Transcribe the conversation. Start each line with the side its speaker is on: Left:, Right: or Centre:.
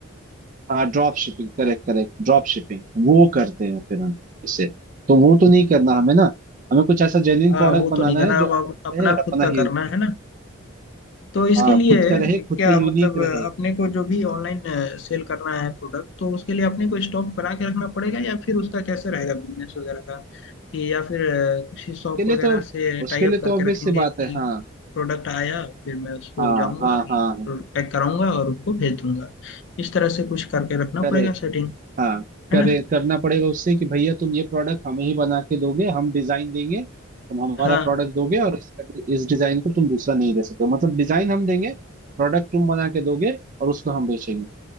Right: हाँ drop shipping correct correct drop shipping वो करते हैं फिर हम इसे तो वो तो नहीं करना हमें ना हमें कुछ ऐसा जेन्युइन
Left: हाँ
Right: प्रोडक्ट
Left: वो
Right: बनाना
Left: तो नहीं करना
Right: है जो
Left: अब
Right: अपना
Left: अब अपना
Right: रहे और अपना
Left: खुद का
Right: ही
Left: करना है ना तो इसके
Right: हाँ
Left: लिए
Right: खुद का रहे खुद
Left: क्या
Right: का यूनिक
Left: मतलब
Right: रहे
Left: अपने को जो भी ऑनलाइन सेल करना है प्रोडक्ट तो उसके लिए अपने को स्टॉक बना के रखना पड़ेगा या फिर उसका कैसे रहेगा बिजनेस वगैरह का कि या फिर अ, किसी शॉप
Right: उसके लिए
Left: वगैरह
Right: तो
Left: से
Right: उसके
Left: टाई अप
Right: लिए
Left: करके
Right: तो ऑब्वियस
Left: रखेंगे
Right: सी बात
Left: कि
Right: है हाँ
Left: प्रोडक्ट आया फिर मैं उसको
Right: हाँ
Left: जाऊंगा
Right: हाँ हाँ
Left: पैक कराऊंगा और उनको भेज दूंगा इस तरह से कुछ करके रखना
Right: करेक्ट
Left: पड़ेगा सेटिंग
Right: हाँ करे
Left: है ना
Right: करना पड़ेगा उससे कि भैया तुम ये प्रोडक्ट हमें ही बना के दोगे हम डिजाइन देंगे तुम हमारा
Left: हाँ
Right: प्रोडक्ट दोगे और इसका इस डिजाइन को तुम दूसरा नहीं दे सकते मतलब डिजाइन हम देंगे प्रोडक्ट तुम बना के दोगे और उसको हम बेचेंगे